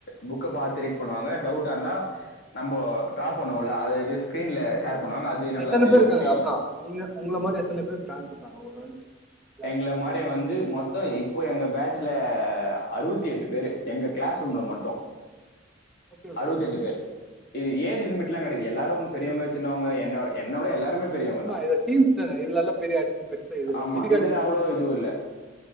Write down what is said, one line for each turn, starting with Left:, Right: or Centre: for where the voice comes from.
Left: புக்க பாத்து ரீட் பண்ணுவாங்க டவுட்டா இருந்தா நம்போ ட்ரா பண்ணுவோல்ல அது அப்டியே ஸ்கிரீன்ல ஷேர் பண்ணுவாங்க அது நல்லா
Centre: எத்தன
Left: தெளிவா
Centre: பேர் இருக்காங்க
Left: புரியும்
Centre: அப்றா நீங்க உங்கள மாரி எத்தன பேர் ஜாயின் பண்றாங்க ஒரு <unintelligible>
Left: எங்கள மாரி
Centre: க்கு?
Left: வந்து மொத்தோ எ இப்போ எங்க பேட்ச்ல அறுபத்தி எட்டு பேரு எங்க கிளாஸ் ரூம்ல மட்டு
Centre: ஓகே ஓகே
Left: அறுபத்தி எட்டு பேர் இது ஏஜ் லிமிட் எல்லா கெடையாது எல்லாரு பெரியவங்க சின்னவங்க என்ன என்ன விட எல்லாருமே பெரியவங்க
Centre: ஆமா
Left: தான்
Centre: இது டீம்ஸ்தான இதுலல்லா பெரிய அது பெருசா இது இல்ல
Left: ஆமா
Centre: இது
Left: இதுல அவ்ளோ இதுவு இல்ல